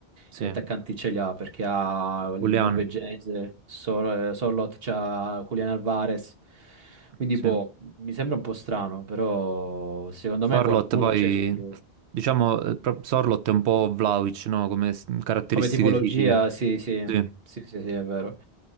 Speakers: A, on the right; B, on the right.
A: Sì,
B: Gli attaccanti ce li ha perché ha il
A: Julian,
B: norvegese, Sor- Sorloth, c'ha Julian Alvarez. Quindi,
A: sì.
B: boh, mi sembra un po' strano, però secondo
A: Sorloth
B: me qualcuno
A: poi,
B: c'è su di lui.
A: diciamo, eh, pro- Sorloth è un po' Vlahovic, no? Come s- caratteristiche
B: Come tipologia,
A: fisiche.
B: sì, sì,
A: Sì.
B: sì, sì, sì, è vero.